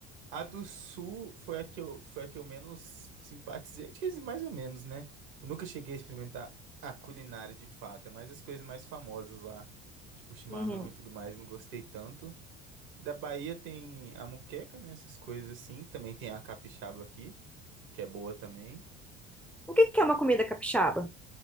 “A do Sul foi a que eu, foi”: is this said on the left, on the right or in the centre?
Right